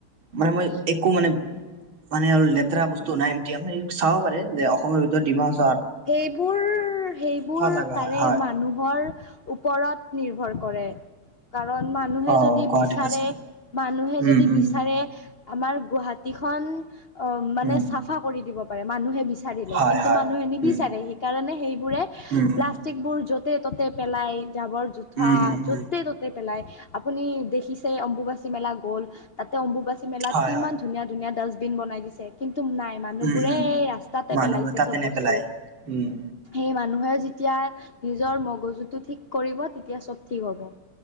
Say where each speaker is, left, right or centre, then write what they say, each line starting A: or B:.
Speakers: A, on the right (about 65°); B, on the left (about 85°).
A: মানে মই একো মানে মানে অল লেতেৰা বস্তু নাই মান চাব পাৰে যে অসমৰ ভিতৰত ডিমা হাছাও
B: সেইবোৰ সেইবোৰ
A: জাগা
B: তাৰে
A: হয়, হয়।
B: মানুহৰ। ওপৰত নিৰ্ভৰ কৰে। কাৰণ মানুহে
A: অ',
B: যদি
A: গুৱাহাটীত
B: বিচাৰে
A: আছে,
B: মানুহে
A: উম,
B: যদি
A: উম,
B: বিচাৰে। আমাৰ গুৱাহাটী খন অ মানে
A: উম,
B: চাফা কৰি দিব পাৰে মানুহে বিচা- বিচাৰিলে
A: হয়,
B: কিন্তু
A: হয়,
B: মানুহে নিবিচাৰে
A: উম,
B: হেই কাৰণে হেই বুৰে
A: উম, উম।
B: পালাষ্টিক বোৰ যত ততে ততে পেলাই জাবৰ জোঠা
A: উম, উম,
B: য'তে
A: উম,
B: ত'তে পেলাই আপুনি দেখিছে অম্বুবাচী মেলা গ'ল তাতে অম্বুবাচী মেলাত
A: হয়,
B: কিমান
A: হয়,
B: ধুনীয়া ধুনীয়া ডাষ্টবিন বনাই দিছে কিন্তু। তুম নাই মানুহবোৰে
A: উম, উম,
B: এই ৰাস্তাতে
A: মানুহবোৰ
B: পেলাইছে
A: তাতে
B: চব
A: নেপেলাই।
B: বস্তু।
A: উম।
B: এই মানুহে যেতিয়া নিজৰ মগজুটো ঠিক কৰিব, তেতিয়া চব ঠিক হ'ব।